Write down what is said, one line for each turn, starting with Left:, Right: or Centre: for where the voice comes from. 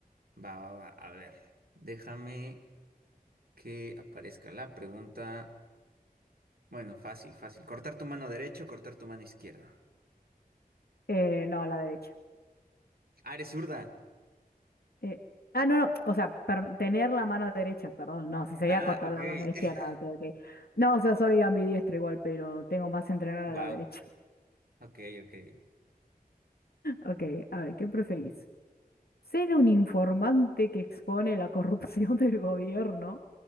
Right: Va, va, va. A ver, déjame que aparezca la pregunta. Bueno, fácil, fácil. Cortar tu mano derecha o cortar tu mano izquierda.
Left: Eh, no, a la derecha.
Right: Ah, eres zurda.
Left: Eh, ah, no, no, o sea, per- tener la mano derecha, perdón, no, si sería
Right: Ah,
Left: cortar
Right: ok.
Left: la mano izquierda,
Right: <laughs>
Left: ok, ok. No, o sea, soy ambidiestro igual, pero tengo más entrenada
Right: Wow.
Left: a la derecha. <laughs>
Right: Ok, ok.
Left: Ok, a ver, ¿qué preferís? ¿Ser un informante que expone la corrupción <laughs> del gobierno